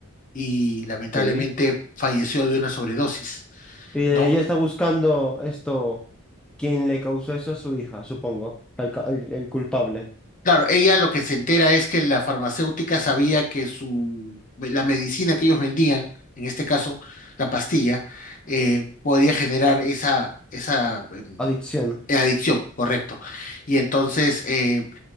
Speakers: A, on the left (about 40°); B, in the centre.
A: y lamentablemente
B: ok. Y
A: falleció de una sobredosis,
B: ella
A: ¿no?
B: está buscando esto, quien le causó eso a su hija, supongo, el, ca- el el culpable.
A: Claro, ella lo que se entera es que la farmacéutica sabía que su, la medicina que ellos vendían, en este caso la pastilla, eh, podía generar esa, esa em,
B: Adicción.
A: adicción, correcto. Y entonces eh,